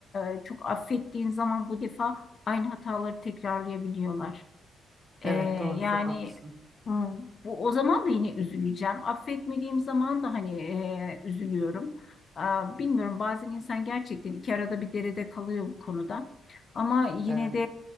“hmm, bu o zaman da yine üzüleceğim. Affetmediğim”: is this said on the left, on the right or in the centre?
Left